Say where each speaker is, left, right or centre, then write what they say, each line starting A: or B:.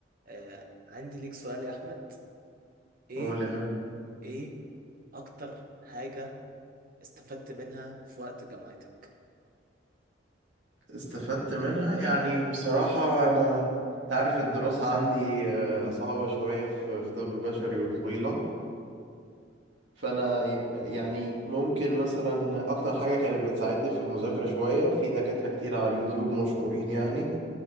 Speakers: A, on the right (about 50°); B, on the right (about 75°).
A: آه عندي ليك سؤال يا احمد ايه
B: قول يا حبيبي
A: ايه اكتر حاجة استفدت منها في وقت جامعتك
B: استفدت منها يعني بصراحة أنا تعرف الدراسة عندي آه، صعبة شوية في في طب بشري وطويلة فأنا ي- يعني ممكن مثلا أكتر حاجة كانت بتساعدني في المذاكرة شوية في دكاترة كتير على اليوتيوب مشهورين يعني